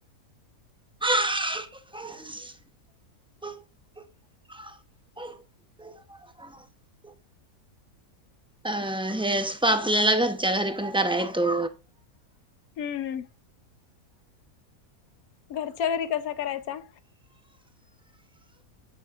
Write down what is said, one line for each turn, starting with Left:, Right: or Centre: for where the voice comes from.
Centre: <inaudible> <inaudible> अ हेअर स्पा आपल्याला घरच्या घरी पण करा येतो.
Left: हम्म हम्म घरच्या घरी कसा करायचा.